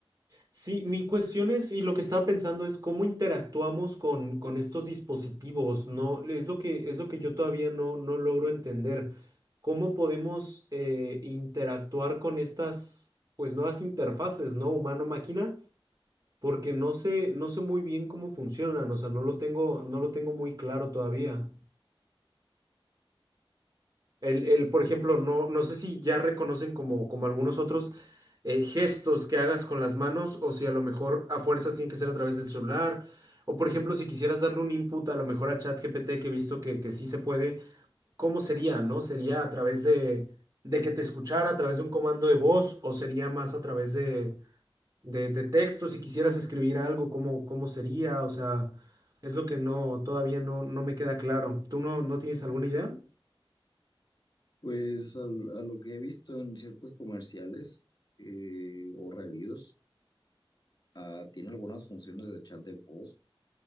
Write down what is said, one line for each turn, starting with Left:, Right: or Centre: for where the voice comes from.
Right: Sí, mi cuestión es, y lo que estaba pensando es cómo interactuamos con, con estos dispositivos, ¿no? Es lo que, es lo que yo todavía no, no logro entender. ¿Cómo podemos eh, interactuar con estas, pues, nuevas interfaces, ¿no? Humano-máquina, porque no sé, no sé muy bien cómo funcionan, o sea, no lo tengo, no lo tengo muy claro todavía. El, el, por ejemplo, no, no sé si ya reconocen como, como algunos otros eh, gestos que hagas con las manos o si a lo mejor a fuerzas tiene que ser a través del celular. O por ejemplo, si quisieras darle un input a lo mejor a ChatGPT, que he visto que, que sí se puede, ¿cómo sería, no? ¿Sería a través de, de que te escuchara, a través de un comando de voz o sería más a través de, de, de texto? Si quisieras escribir algo, ¿cómo, cómo sería? O sea, es lo que no, todavía no, no me queda claro. ¿Tú no, no tienes alguna idea?
Left: Pues al- a lo que he visto en ciertos comerciales eh, o reviews, ah, tiene algunas funciones de chat de voz,